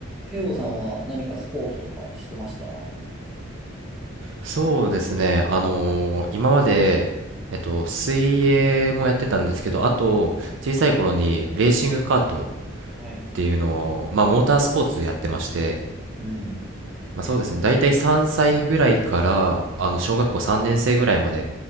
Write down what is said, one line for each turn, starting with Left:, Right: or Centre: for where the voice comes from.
Centre: 慶吾さんは何かスポーツとかしてましたは
Right: そうですね。あのー今まで、えっと、水泳もやってたんですけど、あと、小さい頃にレーシングカート
Centre: い。
Right: っていうのを、まあ、モータースポーツやってまして、
Centre: うん。
Right: まあ、そうですね。大体3歳ぐらいから、あの、小学校3年生ぐらいまで、